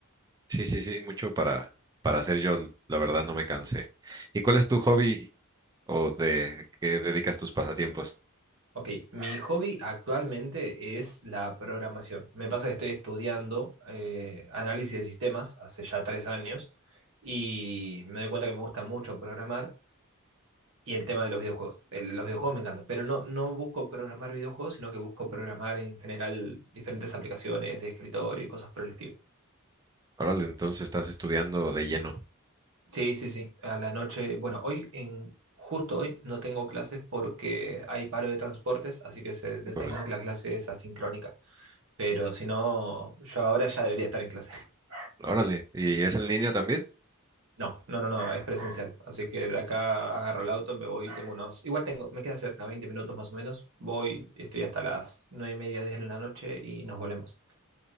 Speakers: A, on the right (about 15°); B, on the right (about 60°).
A: Sí, sí, sí, mucho para, para hacer yo, la verdad, no me cansé. ¿Y cuál es tu hobby o de qué dedicas tus pasatiempos?
B: Ok, mi hobby actualmente es la programación. Me pasa que estoy estudiando eh, análisis de sistemas hace ya tres años y me doy cuenta que me gusta mucho programar y el tema de los videojuegos. El- los videojuegos me encantan, pero no, no busco programar videojuegos, sino que busco programar en general diferentes aplicaciones de escritorio y cosas por el estilo.
A: Órale, entonces estás estudiando de lleno.
B: Sí, sí, sí. A la noche, bueno, hoy en... Justo hoy no tengo clases porque hay paro de transportes, así que se determinó
A: por-
B: que la clase es asincrónica. Pero si no, yo ahora ya debería estar en clase. <laughs>
A: Órale, ¿y es en línea también?
B: No, no, no, no, es presencial. Así que de acá agarro el auto, me voy, tengo unos. Igual tengo, me queda cerca, 20 minutos más o menos. Voy, estoy hasta las 9 y media, diez de la noche y nos volvemos.